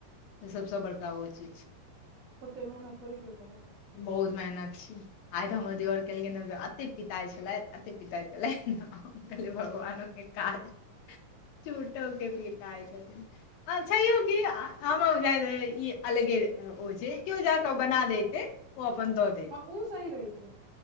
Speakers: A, on the left; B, on the right.
A: सबसँ बड़का ओ चीज छै
B: ओतेक मेहनत थोड़े कियो करत
A: बहुत मेहनत छैय आइ तऽ हमर देअवर केलखिन हँन अते पिताई छलथि अत पिताई छलथि हुनका लेल भगवान ओते काज झुठो के पीताइ छथिन आओर छहिये की आनो बुझायत रहै ई अलगे ओ जे केओ जाके बना देते ओ अपन दऽ दे
B: हँ ओ सही रहैते